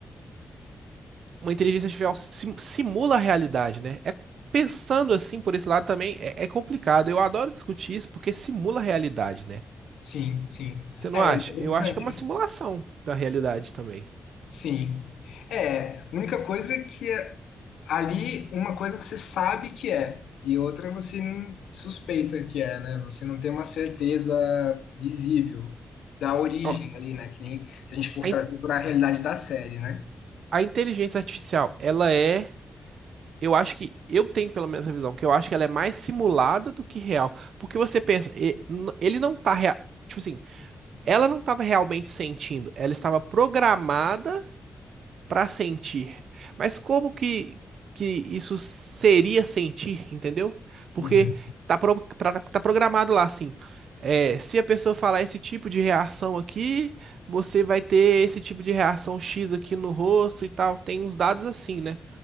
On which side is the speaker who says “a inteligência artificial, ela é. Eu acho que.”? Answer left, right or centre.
Right